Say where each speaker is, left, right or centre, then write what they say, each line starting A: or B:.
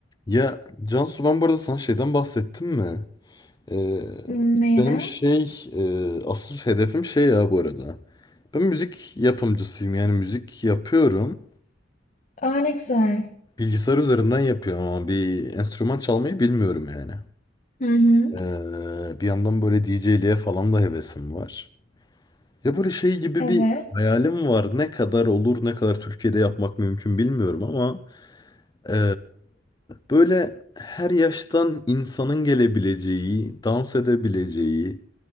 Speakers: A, on the left; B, on the left.
A: Ya Cansu ben bu arada sana şeyden bahsettim mi? Ee,
B: Hmm, Neyden?
A: benim şey e, asıl hedefim şey ya bu arada. Ben müzik yapımcısıyım yani müzik yapıyorum.
B: Aa ne güzel.
A: Bilgisayar üzerinden yapıyorum ama bir enstrüman çalmayı bilmiyorum yani.
B: Hı hı.
A: Ee, bir yandan böyle DJ'liğe falan da hevesim var. Ya böyle şey gibi
B: Evet.
A: bir hayalim var. Ne kadar olur, ne kadar Türkiye'de yapmak mümkün bilmiyorum ama Eee, böyle her yaştan insanın gelebileceği, dans edebileceği